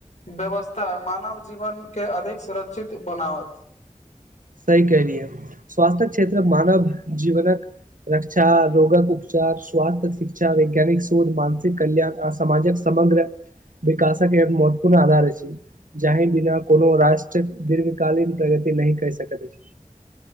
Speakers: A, on the left; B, on the right.
A: व्यवस्था मानव जीवन के अधिक सुरक्षित बनावत
B: सही कलियै स्वास्थ्य क्षेत्र मानव जीवनक रक्षा रोगक उपचार स्वास्थ्य शिक्षा वैज्ञानिक शोध मानसिक कल्याण आ सामाजक समग्र विकासक एक महत्वपूर्ण आधार अछि जहि बिना कोनो राष्ट्र दीर्घ कालीन प्रगति नहि कय सकैत अछि